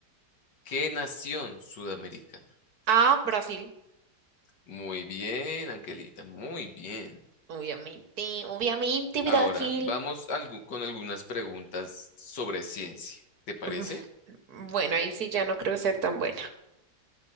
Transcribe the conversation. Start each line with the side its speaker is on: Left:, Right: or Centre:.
Left: ¿Qué nación sudamericana?
Right: Ah, Brasil.
Left: Muy bien, Angelita, muy bien.
Right: Obviamente, obviamente, Brasil.
Left: Ahora, vamos algu- con algunas preguntas sobre ciencia. ¿Te parece?
Right: <laughs> Bueno, ahí sí ya no creo ser tan buena.